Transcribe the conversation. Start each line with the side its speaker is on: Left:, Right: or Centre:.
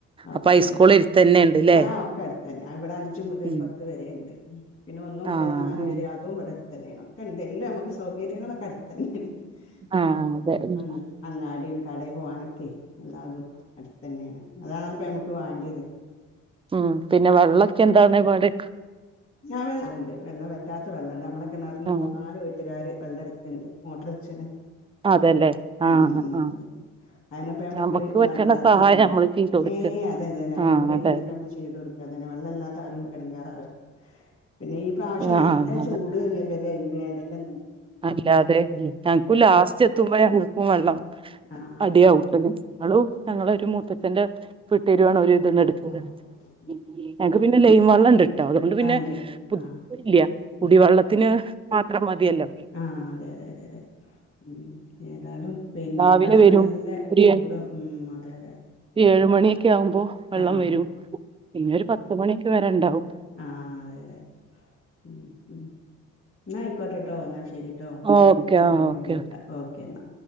Left: അപ്പോം
Right: അപ്പൊ ഹൈസ്കൂള് എരുത്തന്നെണ്ട്ല്ലേ
Left: ആ ഒക്ക ടുത്തന്നെ ഇവടെ അഞ്ചുമുതല്
Right: ഉം
Left: പത്ത് വരെ ണ്ട് ഉം ന്ന് മുതല്
Right: ആഹ്
Left: നാല്
Right: ആഹ്
Left: വരെ അതും ഇബടെടു ത്തനെയാണ് ഒക്കെ ഒണ്ട് എല്ലോം നമുക്ക് സ്കൂ സൗകര്യങ്ങളൊക്കെ അടുത്ത് തന്നെണ്
Right: ആഹ്
Left: ഉം
Right: അതെ ഉം
Left: അ അങ്ങാടിയും കടേ പോവാനൊക്കെ എല്ലാതും അടുത്ത തന്നെയാണ് അതാണ് അപ്പ ഞമ്മുക്ക് വാണ്ടിയത്
Right: ഉം പിന്നെ വെള്ളൊക്കെ എന്താണ് പാട്
Left: ഞാ വെള്ളണ്ട് വെള്ളം വറ്റാത്ത വെള്ളണ്ട് നമ്മള് കിണർന്ന്
Right: ആഹ്
Left: മൂന്നാല് വീട്ടുകാര് വെള്ളെടുക്ക്ണ്ട് മോട്ടർ വെച്ചേന്
Right: അതെല്ലേ ആഹ്
Left: ഉം ഉം ഉം
Right: ആഹ്
Left: അതിനപ്പ ഞമ്മാക്കൊരു
Right: നമുക്ക് പറ്റണ
Left: റാഹത്താണല്ലോ
Right: സഹായം നമ്മള് ചെയ്ത് കൊടുക്ക
Left: ഏയ് അതെ അത തന്നെ നമ്മളോട്
Right: ആഹ്
Left: കഴിയണതൊക്കെ
Right: അതെ അതെ
Left: നമ്മൾ ചെയ്ത് കൊടുക്കുക അതന്നെ വെള്ളമില്ലാത്തെ ആരും എടങ്ങാറാവര്ത് പിന്നെ ഈ പ്രാവശ്യം
Right: ആഹ്
Left: നല്ല
Right: അതെ
Left: ചൂട് തന്നെയല്ലേ <unintelligible> വേനലൊന്നും
Right: അല്ലാതെ ഞങ്ങക്കും ലാസ്റ്റ് എത്തുമ്പോ ഞങ്ങക്കും വെള്ളം
Left: ആഹ്
Right: അടിയാകും ട്ടാ ന്നാലും ഞങ്ങള് ഒരു മുത്തച്ചാന്റെ വീട്ടേര് <unintelligible> ഒര് ഇത് <unintelligible>
Left: ആഹ് അതെ ആഹ് ആഹ് അതെ അതെ ഉം ഉം.
Right: ഞങ്ങക്ക് പിന്നെ ലൈൻ വെള്ള ട്ടോ അത്കൊണ്ട് പിന്നെ
Left: ആഹ് അല്ലേ
Right: <inaudible>
Left: ആഹ്
Right: കുടിവെള്ളത്തിന് മാത്രം മതിയല്ലോ
Left: ആ അതെ അതെ അതെ അതെ ഉം ഏതാലും പിന്നെ
Right: രാവിലെ
Left: ഈ പ്രാവശ്യം
Right: വരും
Left: നല്ല
Right: ഒരു
Left: ചൂട് ഉം അതെ അതെ
Right: ഏഴ് മണീക്ക് ഒക്കെ ആവുമ്പോ വെള്ളം
Left: ആഹ്
Right: വരും പിന്നെ ഒരു പത്ത് മണി വരെണ്ടാവും
Left: ആ അതെ അതെ ഉം ഉം ഇന്നായി ക്കോട്ടേട്ടോ ഇന്നാ ശെ ശെരിട്ടോ
Right: ഓക്കെ
Left: ഉം ഇന്നാ പിന്നെ
Right: ഓക്കെ
Left: വിളിക്കാം ഓക്കേ ഇന്നാ